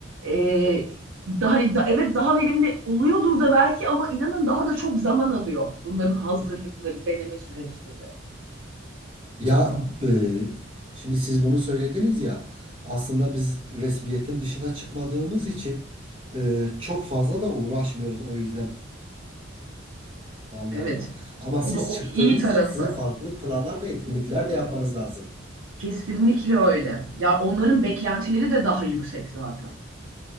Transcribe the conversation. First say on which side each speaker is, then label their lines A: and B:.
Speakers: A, on the right; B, on the right.
A: E, daha, hani da, evet daha verimli oluyordur da belki ama inanın daha da çok zaman alıyor. Bunların hazırlıkları, deneme süreçleri.
B: ya e, şimdi siz bunu söylediniz ya aslında biz resmiyetin dışına çıkmadığımız için e, çok fazla da uğraşmıyoruz o yüzden planlarla.
A: Evet.
B: Ama
A: O
B: siz
A: da o
B: çıktığınız
A: iyi tarafı.
B: için sizin farklı planlar ve etkinlikler de yapmanız lazım.
A: Kesinlikle öyle. Ya onların beklentileri de daha yüksek zaten.